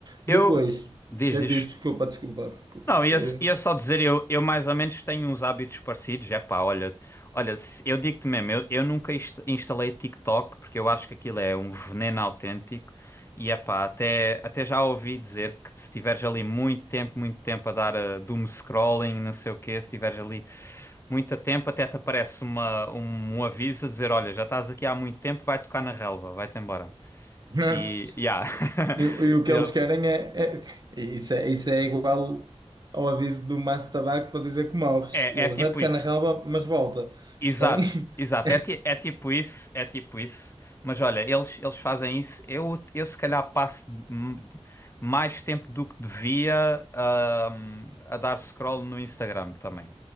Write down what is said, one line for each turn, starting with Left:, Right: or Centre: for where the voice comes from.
Left: Eu.
Right: Depois,
Left: Diz,
Right: eu
Left: diz.
Right: disse, desculpa, desculpa.
Left: Não, ia,
Right: Eh,
Left: ia só dizer, eu, eu mais ou menos tenho uns hábitos parecidos. É pá, olha, olha, se- eu digo-te mesmo, eu, eu nunca inst- instalei TikTok porque eu acho que aquilo é um veneno autêntico. E é pá, até, até já ouvi dizer que se tiveres ali muito tempo, muito tempo a dar a doom scrolling, não sei o quê, se tiveres ali muito tempo, até te aparece uma, um, um aviso a dizer: olha, já estás aqui há muito tempo, vai tocar na relva, vai-te embora.
Right: <laughs>
Left: E, yeah,
Right: E,
Left: <laughs>
Right: e o que
Left: eu,
Right: eles querem é, é- isso é. Isso é igual ao aviso do maço de tabaco para dizer que morres.
Left: é,
Right: Eles
Left: é tipo
Right: vai tocar
Left: isso.
Right: na relva, mas volta.
Left: Exato,
Right: Percebe? <laughs>
Left: exato. É, ti- é tipo isso, é tipo isso. Mas olha, eles, eles fazem isso. Eu, eu se calhar passo m- de- mais tempo do que devia ahm, a dar scroll no Instagram também.